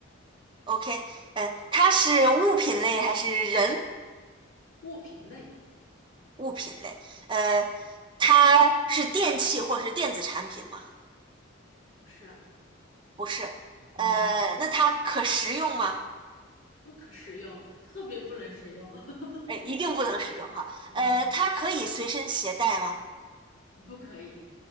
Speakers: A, on the right; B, on the left.
A: OK，呃，它是物品类还是人
B: 物品类，
A: 物品类？呃，它是电器或是电子产品吗？
B: 不是，
A: 不是。呃，
B: 嗯，
A: 那它可食用吗？
B: 不可食用，特别不能食用，<laughs>
A: 哎，一定不能使用哈。
B: 嗯，
A: 呃，它可以随身携带吗？
B: 不可以，